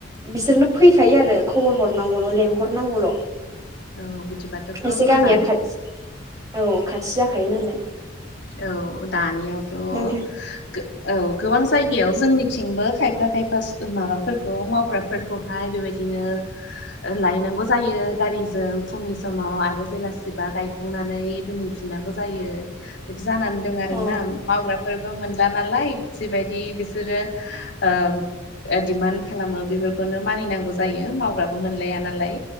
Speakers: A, on the right (about 20°); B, on the left (about 65°).
A: बिसोरनो फैखायो आरो खबर हरनांगौल' लेंहरनांगौल'
B: औ बिदिबाथ' खोब
A: एसे
B: मोजां
A: गामिया खाथि औ खाथि जाखायो नालाय
B: औ दानियावथ' औ
A: नोंथां
B: गोबां जायगायाव जोंनिथिंबो खायफा खायफा माबाफोरखौ मावग्रा फोरखौहाय बेबायदिनो लायनांगौ जायो गारिजों फुंनि समाव आरो बेलासिबा गाय बुंनानै दोनहैफिननांगौ जायो बिदि जानानै दं आरो
A: अ
B: ना मावग्राफोरबो मोनला नालाय जिबायदि बे बिसोरो ओ दिमान्ड खालामो बेफोरखौनो मानिनांगौ जायो मावग्राबो मोनलाया नालाय